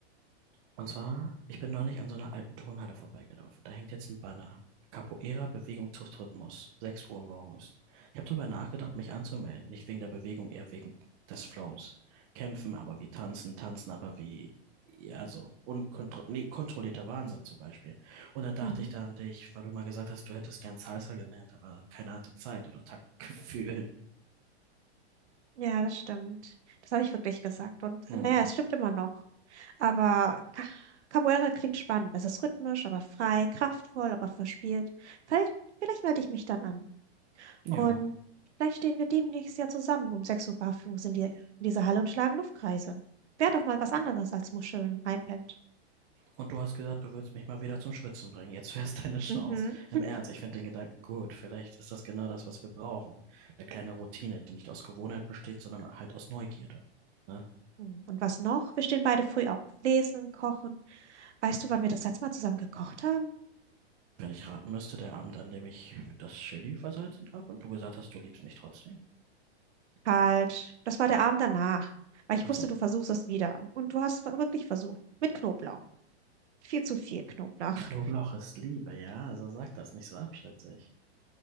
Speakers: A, on the right; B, on the right.
A: Und zwar, ich bin neulich an so einer alten Turnhalle vorbeigelaufen. Da hängt jetzt ein Banner. Capoeira, Bewegung trifft Rhythmus. 6 Uhr morgens. Ich habe darüber nachgedacht, mich anzumelden. Nicht wegen der Bewegung, eher wegen des Flows. Kämpfen, aber wie tanzen, tanzen, aber wie, ja, so unkontro nee, kontrollierter Wahnsinn zum Beispiel. Und dann dachte
B: Mhm.
A: ich da an dich, weil du mal gesagt hast, du hättest gern Salsa gelernt, aber keine hatte Zeit oder Taktgefühl.
B: Ja, das stimmt. Das habe ich wirklich gesagt. Und
A: Hm.
B: naja, es stimmt immer noch. Aber Ca- Capoeira klingt spannend. Es ist rhythmisch, aber frei, kraftvoll, aber verspielt. Vielleicht, vielleicht melde ich mich dann an.
A: Ja.
B: Und vielleicht stehen wir demnächst ja zusammen um 6 Uhr barfuß in, die, in dieser Halle und schlagen Luftkreise. Wäre doch mal was anderes als Muscheln und iPad.
A: Und du hast gesagt, du würdest mich mal wieder zum Schwitzen bringen. Jetzt wär's deine Chance.
B: Mhm.
A: Im Ernst, ich finde den Gedanken gut. Vielleicht ist das genau das, was wir brauchen. Eine kleine Routine, die nicht aus Gewohnheit besteht, sondern halt aus Neugierde. Ne?
B: Hm, Und was noch? Wir stehen beide früh auf. Lesen, kochen. Weißt du, wann wir das letzte Mal zusammen gekocht haben?
A: Wenn ich raten müsste, der Abend, an dem ich das Chili versalzen habe und du gesagt hast, du liebst mich trotzdem.
B: Falsch. Das war der Abend danach. Weil ich
A: Ach
B: wusste,
A: so.
B: du versuchst es wieder. Und du hast wirklich versucht. Mit Knoblauch. Viel zu viel Knoblauch.
A: Knoblauch
B: <laughs>
A: ist Liebe, ja. Also sag das nicht so abschätzig.